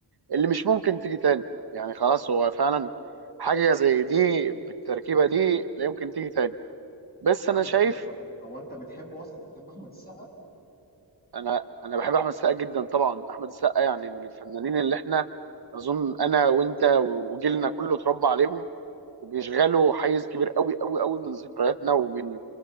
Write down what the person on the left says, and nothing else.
استنى
استنى استنى هو انت بتحبه اصلا انت بتحب احمد السقا